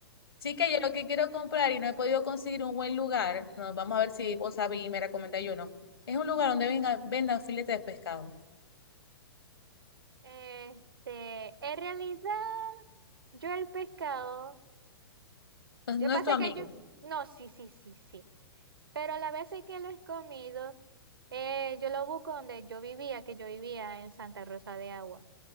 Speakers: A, on the left; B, on the right.
A: Chica, yo lo que quiero comprar y no he podido conseguir un buen lugar, no, vamos a ver si vos sabés y me recomendáis yo no. Es un lugar donde venga, vendan filetes de pescado.
B: Este, en realidad, yo el pescado. Yo
A: No, no
B: pasa
A: es tu amigo.
B: que yo, no, sí, sí, sí, sí. Pero la vez sí que lo he comido, eh, yo lo busco donde yo vivía, que yo vivía en Santa Rosa de Agua.